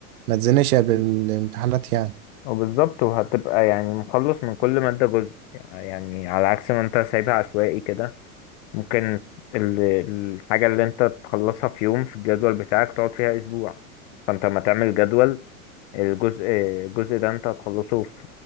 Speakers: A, on the right; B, on the left.
A: ما تزنقش قبل الامتحانات يعني
B: وبالظبط وهتبقى يعني مخلص من كل مادة جزء يعني على عكس ما انت سايبها عشوائي كده ممكن ال- الحاجة اللي انت تخلصها في يوم في الجدول بتاعك تقعد فيها اسبوع فانت لما تعمل جدول الجزء الجزء ده انت هتخلصه في